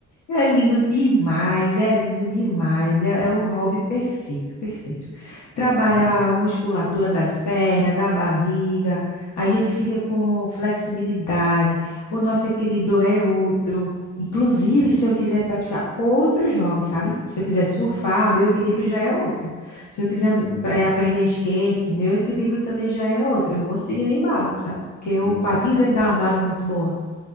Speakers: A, on the left; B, on the left.
A: É lindo demais, é lindo demais, é, é o hobby perfeito, perfeito. Trabalha
B: <laughs>
A: a musculatura das pernas, da barriga, a gente fica com flexibilidade, o nosso equilíbrio é outro. Inclusive, se eu quiser praticar outros hobbies, sabe? Se eu quiser surfar, meu equilíbrio já é outro. Se eu quiser and-
B: Entendo.
A: eh, aprender skate, meu equilíbrio também já é outro. Eu vou seguir no embalo, sabe? Porque
B: Uhum.
A: o patins ele dá uma base muito boa.